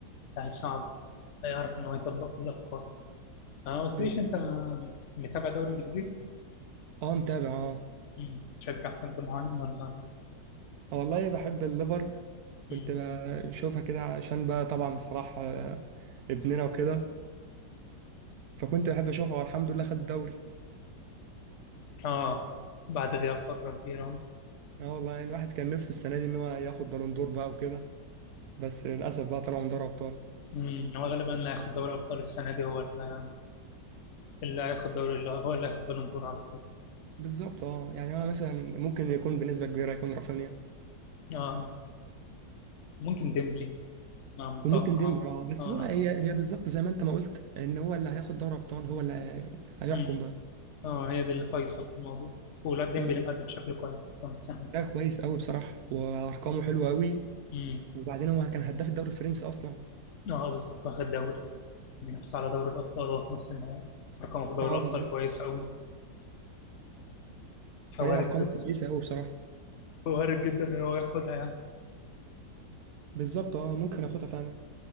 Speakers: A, on the left; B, on the right.
A: هيساعده هيعرف ان هو يطبق كل الافكار ما قلتليش
B: بالظبط
A: انت متابع دوري انجليزي
B: اه متابع اه
A: مم. تشجع حد معين ولا
B: آه والله بحب الليفر كنت
A: مم.
B: بشوفها كده عشان بقى طبعا صلاح آه، ابننا وكده فكنت بحب اشوفها والحمد لله خد الدوري
A: اه بعد غياب فتره كبيره
B: اه والله الواحد كان نفسه السنه دي ان هو ياخد بالون دور بقى وكده بس للاسف بقى طلعوا من دوري ابطال
A: مم. هو غالبا اللي هياخد دوري ابطال السنه دي هو اللي اللي هياخد دوري اللي هو اللي هياخد بالون دور على طول
B: بالظبط اه يعني هو مثلا ممكن يكون بنسبه كبيره يكون رافينيا
A: اه ممكن ديمبلي آه متوقع
B: وممكن ديمبلي
A: برضه
B: اه بس
A: اه
B: هو هي
A: أنا-
B: هي بالظبط زي ما انت ما قلت ان هو اللي هياخد دوري ابطال هو اللي هي- هيحكم
A: مم.
B: بقى
A: اه هي دي اللي فيصل في الموضوع ولا ديمبلي
B: مم.
A: مقدم بشكل كويس اصلا السنه دي
B: ده كويس قوي بصراحه وارقامه حلوه قوي
A: مم.
B: وبعدين هو كان هداف الدوري الفرنسي اصلا
A: اه بالظبط واخد دوري بينافس على دوري الأبطال وهو في نص النهائي رقمه في دوري
B: اه
A: الأبطال
B: بالظبط
A: كويس أوي فوارد
B: فهي ارقامه كويسه قوي بصراحه
A: وارد جدا إن هو ياخدها يعني
B: بالظبط اه ممكن اخدها فعلا